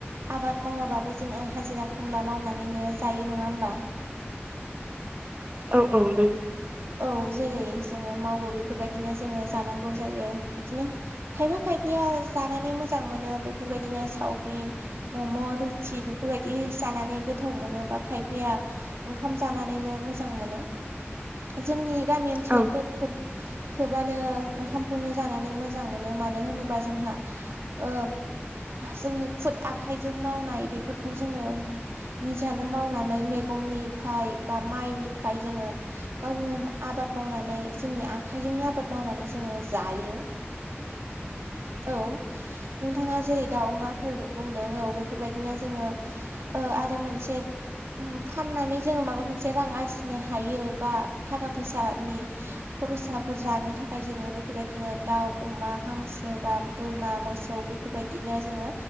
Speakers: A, on the right (about 75°); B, on the right (about 40°).
A: आबाद मावाबाबो जोङो हाजिरा खामला मावनानैनो जायो नङा होमबा।
B: औ औ नंगौ।
A: औ जेरै जोङो मावो बेफोरबायदिनो जोङो जानांगौ जायो बिदिनो खायफा खायफाया जानानै मोजां मोनो बेफोरबायदिनो सावमिन मम' रुटि बेफोरबायदि जानानै गोथाव मोनो बा खायफाया ओंखाम जानानैनो मोजां मोनो जोंनि गामि ओनसोलावथ'
B: नोंथां
A: खोब खोबानो ओंखामखौनो जानानै मोजां मोनो मानो होनोबा जोंहा ओ जोंनि खुद आखाइजों मावनाय बेफोरखौ जोङो निजानो मावनानै मैगंनिफाय बा माइनिफाय जोङो गावनो आबाद मावनानै जोंनि आखाइजोंनो आबाद मावनानै जोङो जायो। औ नोंथाङा जेरै दाउ अमाफोर बुंदों औ बेफोरबायदिनो जोङो ओ आरो मोनसे उम फाननानै जोङो माबा मोनसे रां आरजिनो हायो। बा थाखा फैसानि खरसाफोर जानो थाखाय जोङो बेफोरबायदिनो दाउ अमा हांसो बा बोरमा मोसौ बेफोरबायदिनो जोङो